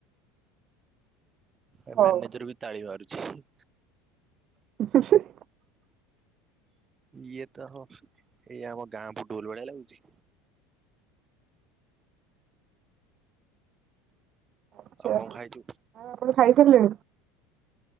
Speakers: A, on the right; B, on the right.
A: ଏ
B: ହଉ
A: ମ୍ୟାନେଜର ବି ତାଳି ମାରୁଚି।
B: ହୁଁ ହୁଁ।
A: ଇଏ ତ ହ ଏଇ ଆମ ଗାଁକୁ ଡୋଲ ଭଳିଆ ଲାଗୁଚି।
B: ଆଛା
A: ଆଉ କଣ
B: ଆଉ
A: ଖାଇଛୁ?
B: ଆପଣ ଖାଇସାରିଲେଣି